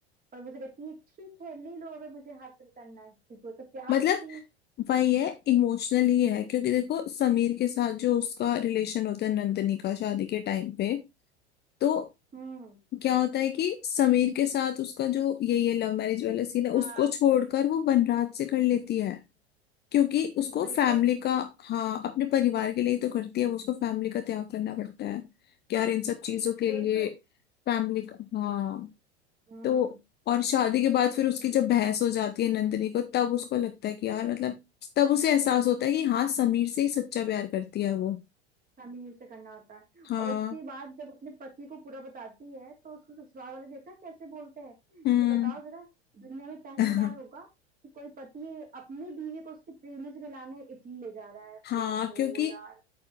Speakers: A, on the right; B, on the left.
A: पर वो उसे कहती है ठीक है ले लो अगर मुझे हासिल करना है क्योंकि वो तो प्यार
B: मतलब
A: में थी
B: वही है इमोशनल ही है क्योंकि देखो समीर के साथ जो उसका रिलेशन होता है नंदनी का शादी के टाइम पे तो
A: हम्म
B: क्या होता है कि समीर के साथ उसका जो ये ये लव मैरिज वाला सीन है उसको
A: हाँ
B: छोड़कर वो बनराज से कर लेती है क्योंकि उसको
A: वही
B: फैमिली
A: तो
B: का हाँ अपने परिवार के लिए ही तो करती है वो उसको फैमिली का त्याग करना पड़ता है कि यार इन सब चीजों के
A: वही
B: लिए
A: तो
B: फैमिली का हाँ
A: हम्म
B: तो और शादी के बाद फिर उसकी जब बहस हो जाती है नंदिनी को तब उसको लगता है कि यार मतलब तब उसे एहसास होता है कि हाँ समीर से ही सच्चा प्यार करती है वो
A: हमें ये से करना होता है
B: हाँ
A: और उसके बाद जब अपने पति को पूरा बताती है तो उसको ससुराल वाले देखा कैसे बोलते हैं
B: हम्म
A: कि बताओ जरा दुनिया में पहली
B: <laughs>
A: बार होगा कि कोई पति अपनी बीवी को उसके प्रेमी से मिलाने इटली ले जा रहा है
B: हाँ
A: ओफो
B: क्योंकि
A: यार